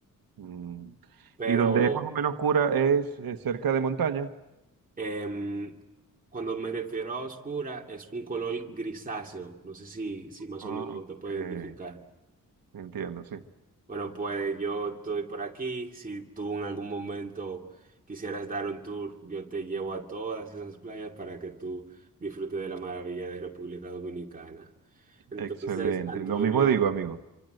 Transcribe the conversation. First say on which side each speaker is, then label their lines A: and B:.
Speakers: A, on the right (about 85°); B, on the right (about 25°).
A: Mm.
B: Pero
A: Y donde es más o menos oscura es eh, cerca de montaña.
B: em, cuando me refiero a oscura, es un color grisáceo, no sé si, si más
A: Ah,
B: o menos
A: ok.
B: te puede identificar.
A: Entiendo, sí.
B: Bueno, pues yo estoy por aquí. Si tú en algún momento quisieras dar un tour, yo te llevo a todas esas playas para que tú disfrutes de la maravilla de República Dominicana. Entonces,
A: Excelente.
B: Antonio,
A: Lo mismo digo, amigo.